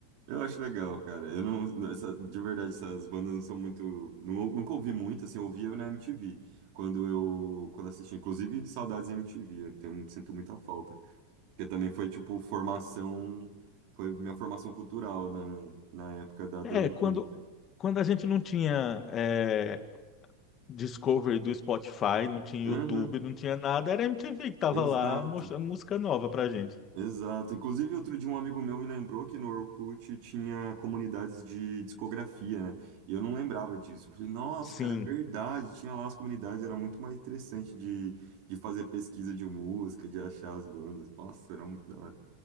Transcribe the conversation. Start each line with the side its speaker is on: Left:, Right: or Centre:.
Right: Eu acho legal, cara. Eu não, essa, de verdade, essas bandas não são muito, não, nunca ouvi muito, assim, eu ouvia na MTV, quando eu, quando assistia, inclusive, saudades da MTV, eu tenho- sinto muita falta. Porque também foi, tipo, formação, foi minha formação cultural na, na época da adolescência.
Left: É, quando, quando a gente não tinha é, Discovery do Spotify, não tinha
Right: Aham,
Left: YouTube, não tinha nada, era a MTV que tava
Right: exato,
Left: lá mostrando música nova pra gente.
Right: exato. Inclusive, outro dia um amigo meu me lembrou que no Orkut tinha comunidades de discografia, né? E eu não lembrava disso. Eu falei, nossa,
Left: Sim.
Right: cara, é verdade, tinha lá as comunidades, era muito mais interessante de, de fazer pesquisa de música, de achar as bandas. Nossa, era muito da hora.